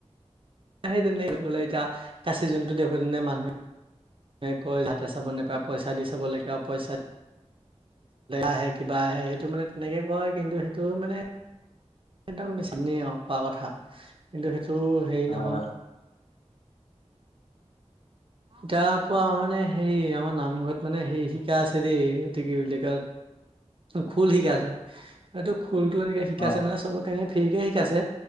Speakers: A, on the right (about 50°); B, on the left (about 60°).
A: সেই তেনে গলে এতিয়া কাচি জোনটো দেখো তেনে মানুহে কৈ হাতে চাব নাপায় পইচা দি চাব লাগে আৰু পইচা আহে কিবা আহে সেইটো মানে তেনেকে কয় কিন্তু সেইটো মানে একদম চিনি আৰু কোৱা কথা কিন্তু সেইটো হেৰি
B: হয়
A: নহয়
B: হয়
A: তাৰ পৰা মানে হেৰি আমাৰ নামঘৰত মানে সেই শিকা আছে দেই সেইটো কি বুলি কয় খোল শিকাই আছে সটো খোলতটো এনেকে শিকাই
B: হয়
A: আছে মানে চব কাৰনে ফ্ৰীকে শিকাইছে